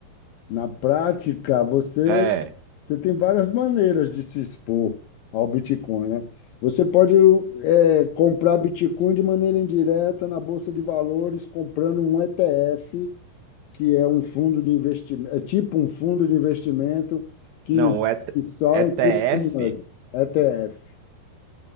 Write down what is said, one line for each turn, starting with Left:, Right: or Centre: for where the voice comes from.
Left: Na prática, você,
Right: É,
Left: você tem várias maneiras de se expor ao Bitcoin, né? Você pode eh, comprar Bitcoin de maneira indireta na Bolsa de Valores, comprando um ETF, que é um fundo de investimento, é tipo um fundo de investimento que
Right: não, o ET-
Left: investe só
Right: ETF.
Left: em criptomoedas, ETF.